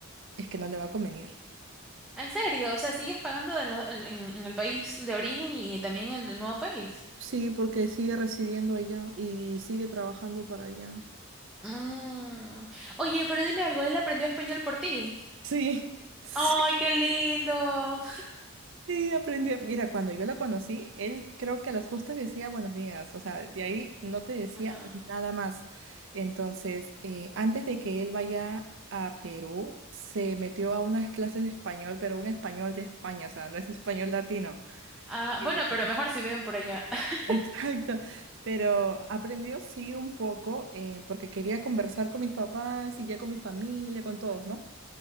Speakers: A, on the right; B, in the centre.
A: es que no le va a convenir.
B: ¿En serio? O sea, sigues pagando en, lo- en- en- en el país de origen y también en el nuevo país.
A: Sí, porque sigue residiendo allá y sigue trabajando para allá.
B: Mm. Oye, pero dime algo, él aprendió español por ti.
A: Sí, <laughs>
B: ¡Ay, qué lindo!
A: Sí, aprendí. Mira, cuando yo la conocí, él creo que a las justas decía buenos días, o sea, de ahí no te decía
B: Ajá.
A: nada más. Entonces, eh, antes de que él vaya a Perú, se metió a unas clases de español, pero un español de España, o sea, no es español latino.
B: Ah,
A: Eh,
B: bueno, pero mejor
A: <laughs>
B: si viven por allá. <laughs>
A: Exacto, pero aprendió sí un poco eh, porque quería conversar con mis papás y ya con mi familia, con todos, ¿no?